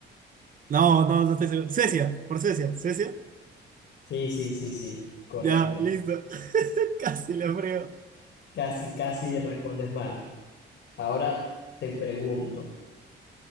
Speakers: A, on the right; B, on the left.
A: No, no, no estoy seguro. Suecia, por Suecia, Suecia.
B: Sí, sí, sí, sí, correcto.
A: Ya, listo. <laughs> Casi lo creo.
B: Casi, casi respondes mal. Ahora te pregunto.